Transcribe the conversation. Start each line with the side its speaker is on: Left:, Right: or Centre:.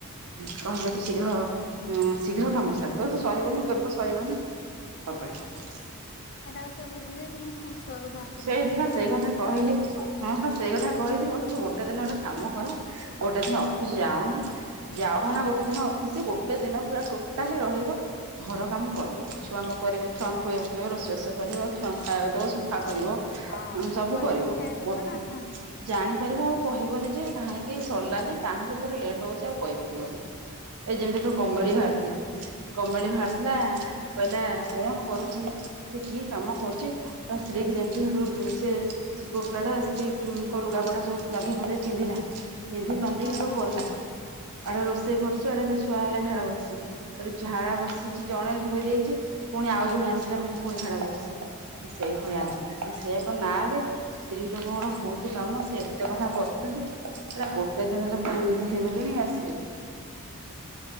Right: କହିବା ତ ଶୀଘ୍ର ଉ ଶୀଘ୍ର କାମ ସାରିଲ ତୋର ତ ସରିବନି ତୋର ତ ସରିବନି। ହ। <unintelligible>
Left: ଏଟାକୁ ସେ ବୁଝିବି ଛୁଆକୁ ଧର।
Right: ସେଇଠପ ସେଇ କଥା କହିଲି ହଁ ସେଇ କଥା କହିଲି ମ ଗୋଟେ ଦିନ ଗୋଟେ କାମ କର। <unintelligible> ଗୋଟେ ଦିନ ଅଫିସ
Left: ହୁଁ
Right: ଯାଅନା ଯାଅନା
Left: ହୁଁ
Right: ଗୋଟେ ଦିନ। ଗୋଟେ ଦିନ ପୁରା ଟୋଟାଲି ରହିବ। ଘର କାମ କରିବ ଛୁଆଙ୍କୁ କରିବ ଛୁଆଙ୍କୁ ଖୋଇବ ପେଇବ କରିବ ରୋଷେଇ ବାସ କରିବ ଛୁଆ ଙ୍କୁ ଖାଇବାକୁ ଦେବା ସବୁ। ା କରିବ
Left: ହଁ
Right: ସବୁ
Left: କଲେ
Right: କରିବ
Left: ହିଁ ଜାଣିପାରିବ
Right: ଗୋ। <unintelligible>
Left: ନା ହଁ
Right: ଜାଣିପାରିବ ଆଉ କହିବନି ଯେ କାହିଁକି ସରିଲାନି କାହିଁକି ତୋର ଲେଟ୍ ହଉଛି ଆଉ କହିପାରିବନି। ଏ ଯେମିତି କମେଡି ବାହାରି ଥିଲା। କମେଡି ବାହାରିଥିଲା କହିଲା କଣ କରୁଛି ସେ କିଏ କାମ କରୁଛି। ତା ସ୍ତ୍ରୀ କି ଯେମିତି ହେଠୁ ସେ। ସେ ପୁଅ ପିଲାଟା ସ୍ତ୍ରୀ ଲୁଗାପଟା ସବୁ ଗାଧେଇ ପାଧେଇ ପିନ୍ଧିଲା। ପିନ୍ଧି ପାଧି
Left: ହୁଁ
Right: ସେଠୁ
Left: ହୁଁ
Right: କଲା ଆଡେ ରୋଷେଇ କରୁଛି ଆଡେ ତା ଛୁଆ ହେଇଲା ଝାଡା ବସିଛି। ତା ଝାଡା ବସିଛି ଜଣେ ଧୋଇ ଦେଇଛି ପୁଣି ଆଉ ଜଣେ ଆସିଲା ମୁଁ ପୁଣି ଝାଡା ବସିଛି। ସେଇ ଭଳିଆ
Left: ହୁଁ ହୁଁ
Right: କଥା ସେଏ ଏକ ନାଁ ଏବେ। ସ୍ତ୍ରୀ ଲୋକଙ୍କର ବହୁତ କାମ ସେ ଏତେ କଥା କରୁଛନ୍ତି ହେରା ଗୋଟେ ଦିନରେ ମୁଁ ଏମିତି ହେଇଗଲିଣି ଆ ସେ।
Left: <unintelligible> <inaudible>